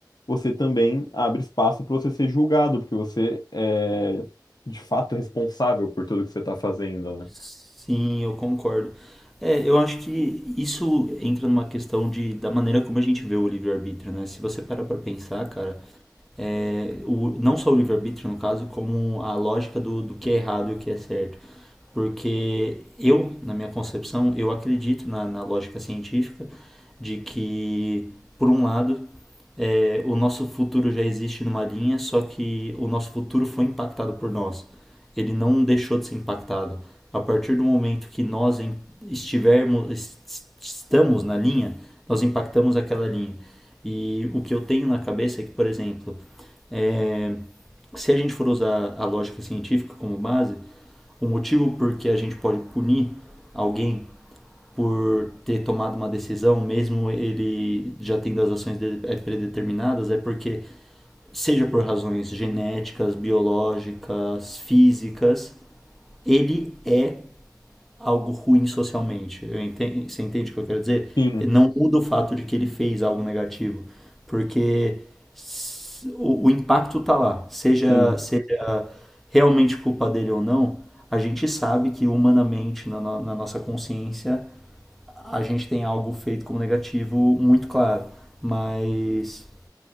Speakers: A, on the left; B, in the centre.
A: você também abre espaço para você ser julgado, porque você é de fato responsável por tudo que você está fazendo, né?
B: Sim, eu concordo. É, eu acho que isso entra numa questão de, da maneira como a gente vê o livre-arbítrio, né? Se você parar pra pensar, cara, é, o, não só o livre-arbítrio, no caso, como a lógica do, do que é errado e o que é certo. Porque eu, na minha concepção, eu acredito na, na lógica científica de que, por um lado, é, o nosso futuro já existe numa linha, só que o nosso futuro foi impactado por nós. Ele não deixou de ser impactado. A partir do momento que nós estivermos, est estamos na linha, nós impactamos aquela linha. E o que eu tenho na cabeça é que, por exemplo, é, se a gente for usar a lógica científica como base, o motivo por que a gente pode punir alguém por ter tomado uma decisão, mesmo ele já tendo as ações dele é, predeterminadas, é porque, seja por razões genéticas, biológicas, físicas, ele é algo ruim socialmente. Eu enten- você entende o que eu quero dizer?
A: Sim,
B: Não muda o fato de que ele fez algo negativo, porque s- o, o impacto tá lá, seja,
A: sim,
B: seja realmente culpa dele ou não, a gente sabe que humanamente, na, no- na nossa consciência, a gente tem algo feito como negativo muito claro, mas